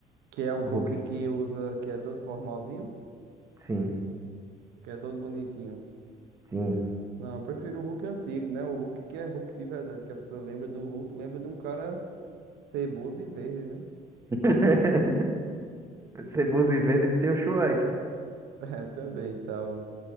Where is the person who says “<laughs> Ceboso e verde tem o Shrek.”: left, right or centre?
Right